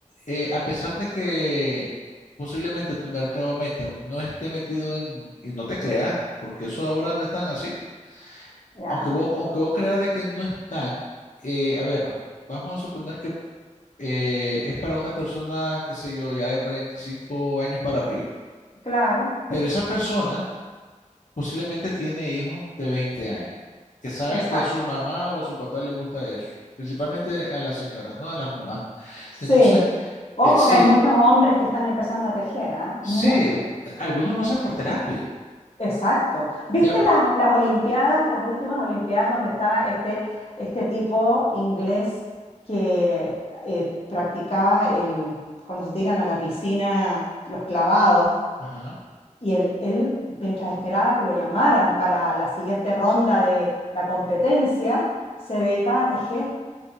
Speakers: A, on the left (about 75°); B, on the left (about 50°).
A: eh, a pesar de que posiblemente tu mercado meta no esté metido en, y no te creas, porque eso ahora no es tan así,
B: ¿Ya?
A: aunque vos, aunque vos creas de que no es tan, eh, a ver, vamos a suponer que eh, es para una persona, qué sé yo, ya de 45 años para arriba,
B: Claro,
A: pero esa persona posiblemente tiene hijos de 20 años, que saben
B: exacto.
A: que a su mamá o a su papá le gusta eso, principalmente a las señoras, ¿no? A las mamás.
B: Sí,
A: Entonces,
B: Ojo
A: eh, si,
B: que hay muchos hombres que están empezando a tejer, ¿ah?
A: Sí,
B: Muchos.
A: eh, algunos lo hacen por terapia.
B: Exacto. ¿Viste
A: Ya, pe-
B: las, las Olimpiadas, las últimas Olimpiadas donde estaba este, este tipo inglés que eh, practicaba el, cuando se tiran a la piscina los clavados?
A: Ajá.
B: Y él, él, mientras esperaba que lo llamaran para la siguiente ronda de la competencia, se dedicaba a tejer.